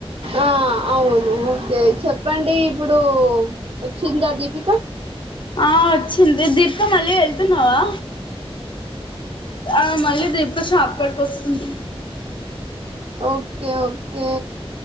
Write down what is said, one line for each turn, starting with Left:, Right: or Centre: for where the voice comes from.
Right: ఆ అవును ఓకే చెప్పండి ఇప్పుడు వచ్చిందా దీపిక
Left: ఆ వచ్చింది దీపిక మళ్ళీ వెళ్తున్నావా ఆ మళ్ళీ దీపిక షాపింగ్ ఇక్కడికి వస్తుంది
Right: ఓకే ఓకే